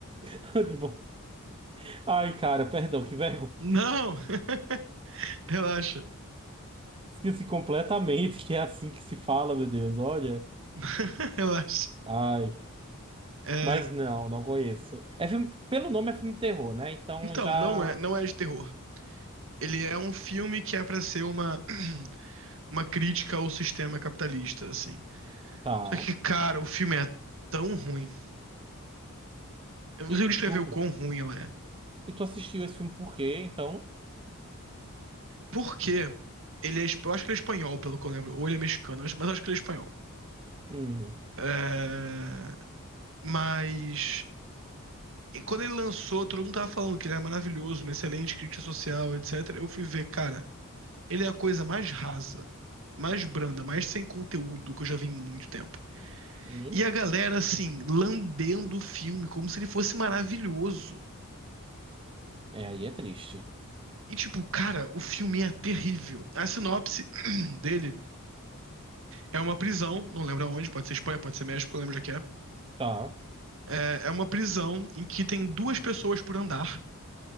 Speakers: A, on the right (about 25°); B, on the right (about 65°).
A: Hannibal. Ai, cara, perdão, que vergonha.
B: Não! <laughs> Relaxa.
A: Esqueci completamente que é assim que se fala, meu Deus, olha.
B: <laughs> Relaxa.
A: Ai,
B: É,
A: mas não, não conheço. É filme, pelo nome é filme de terror, né? Então
B: então,
A: já
B: não é, não é de terror. Ele é um filme que é pra ser uma, <clears throat> uma crítica ao sistema capitalista, assim.
A: tá.
B: Só que, cara, o filme é tão ruim. Eu não
A: E
B: consigo descrever
A: tu,
B: o quão ruim ela é.
A: e tu assistiu esse filme por quê, então?
B: Porque ele é, esp- eu acho que ele é espanhol, pelo que eu lembro, ou ele é mexicano, mas mas eu acho que ele é espanhol.
A: Hum.
B: É, Mas e quando ele lançou, todo mundo tava falando que ele era maravilhoso, uma excelente crítica social, etc. Eu fui ver, cara, ele é a coisa mais rasa, mais branda, mais sem conteúdo que eu já vi em muito tempo.
A: hum.
B: E a galera, assim, lambendo o filme como se ele fosse maravilhoso.
A: É, aí é triste.
B: E, tipo, cara, o filme é terrível. A sinopse <clears throat> dele é uma prisão, não lembro aonde, pode ser Espanha, pode ser México, não lembro onde é que é.
A: Tá.
B: É, é uma prisão em que tem duas pessoas por andar.